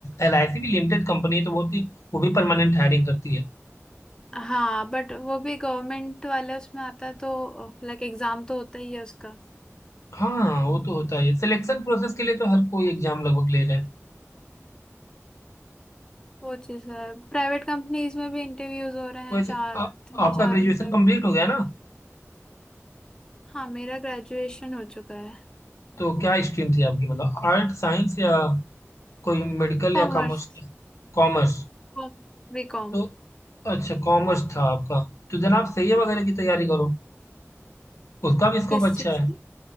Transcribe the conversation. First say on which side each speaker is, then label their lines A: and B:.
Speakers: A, on the left; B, on the left.
A: एल आई सी भी लिमिटेड कंपनी है तो वो भी वो भी परमानेंट हायरिंग करती है
B: हाँ बट वो भी गवर्नमेंट वाले उसमें आता है तो लाइक एग्जाम तो होता ही है उसका
A: हाँ वो तो होता है सिलेक्शन प्रोसेस के लिए तो हर कोई एग्जाम लगभग ले रहा है
B: वो चीज़ है प्राइवेट कंपनीज में भी इंटरव्यूज हो रहे हैं
A: वैसे
B: चार
A: आ, हाँ
B: तीन
A: आपका
B: चार
A: ग्रेजुएशन
B: इंटरव्यू
A: कंप्लीट हो गया ना
B: हाँ मेरा ग्रेजुएशन हो चुका है
A: तो क्या स्ट्रीम थी आपकी मतलब आर्ट साइंस या कोई मेडिकल
B: कॉमर्स
A: या कॉमर्स की? कॉमर्स
B: Com BCom
A: तो अच्छा कॉमर्स था आपका तो जनाब सीए वगैरह की तैयारी करो उसका भी स्कोप
B: किस
A: अच्छा
B: चीज
A: है
B: की